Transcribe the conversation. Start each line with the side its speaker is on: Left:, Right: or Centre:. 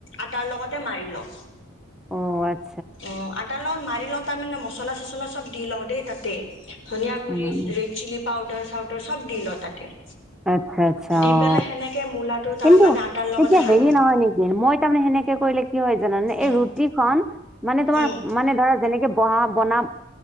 Left: আটাৰ লগতে মাৰি লও।
Centre: অ আত
Left: অ আটা লগত মাৰি লও তাৰমানে মচলা চচলা চব দি লও দেই তাতে ধনিয়া গুড়ি
Centre: উম,
Left: ৰেড চিলি পাউদাৰ চাউদাৰ চব দি ল তাতে
Centre: আচ্ছা আচ্ছা
Left: দি পেলাই
Centre: অ
Left: সেনেকে মূলাটো তাৰমানে
Centre: কিন্তু
Left: আটাৰ লগতে
Centre: তেতিয়া
Left: সানো
Centre: হেৰি নহয় নেকি মই তাৰমানে সেনেকে কৰিলে কি হয় জানানে
Left: উম
Centre: এই ৰুটি খন মানে তোমাৰ
Left: উম
Centre: মানে ধৰা যেনেকে বহা বনা